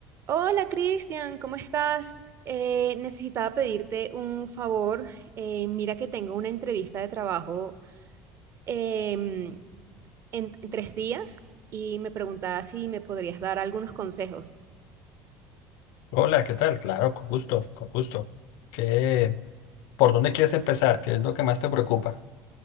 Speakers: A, on the right; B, on the left.
A: Hola Cristian, ¿cómo estás? Eh, necesitaba pedirte un favor. Eh, mira que tengo una entrevista de trabajo em, en, en tres días y me preguntaba si me podrías dar algunos consejos.
B: Hola, ¿qué tal? Claro, con gusto, con gusto. ¿Qué, por dónde quieres empezar? ¿Qué es lo que más te preocupa?